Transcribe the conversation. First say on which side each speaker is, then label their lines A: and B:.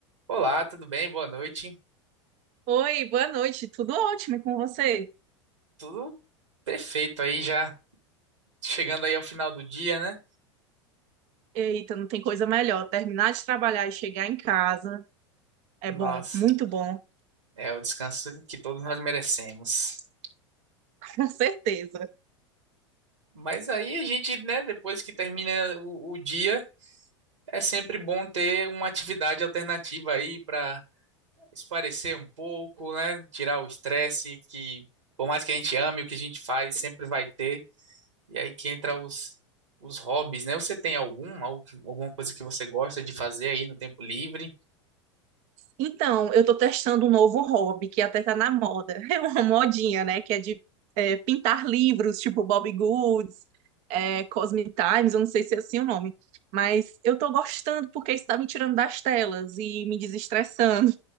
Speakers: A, on the right (about 75°); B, on the right (about 45°).
A: Olá, tudo bem? Boa noite.
B: Oi, boa noite. Tudo ótimo e com você?
A: Tudo perfeito aí já chegando aí ao final do dia, né?
B: Eita, não tem coisa melhor. Terminar de trabalhar e chegar em casa é
A: Nossa,
B: bom, muito bom,
A: é o descanso que todos nós merecemos.
B: <laughs> com certeza.
A: Mas aí a gente, né, depois que termina o, o dia, é sempre bom ter uma atividade alternativa aí para espairecer um pouco, né? Tirar o estresse que, por mais que a gente ame o que a gente faz, sempre vai ter. E aí que entra os, os hobbies, né? Você tem algum, algo que- alguma coisa que você gosta de fazer aí no tempo livre?
B: Então, eu tô testando um novo hobby que até tá na moda. <laughs> É uma modinha, né? Que é de é, pintar livros, tipo Bobbie Goods, é, Cosmic Times, eu não sei se é assim o nome. Mas eu tô gostando porque isso tá me tirando das telas e me desestressando.